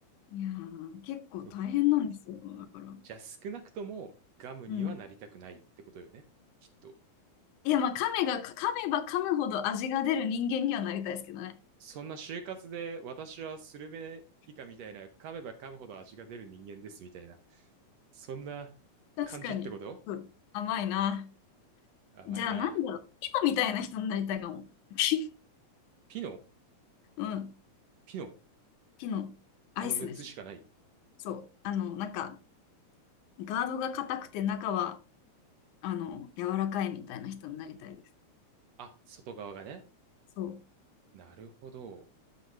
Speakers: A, on the left; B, on the right.
A: いやー、結構大変なんですよ、
B: そっか。
A: だから。
B: じゃあ少なくともガムにはなりたくないってことよね。
A: うん。
B: きっと。
A: いや、まあ、噛めが、噛めば噛むほど味が出る人間にはなりたいですけどね。
B: そんな就活で私はスルメ以下みたいな噛めば噛むほど味が出る人間ですみたいな。そんな
A: 確かに。
B: 感じってこと
A: うん甘いな。
B: 甘いな。
A: じゃあ、なんだろう、ピノみたいな人になりたいかも。<laughs> ピ、
B: ピノ
A: うん。
B: ピノ
A: ピノ、アイスです。
B: あの6つしかない
A: そう。あの、なんか、ガードが硬くて中はあの、柔らかいみたいな人になりたいです。
B: あ、外側がね。
A: そう。
B: なるほど。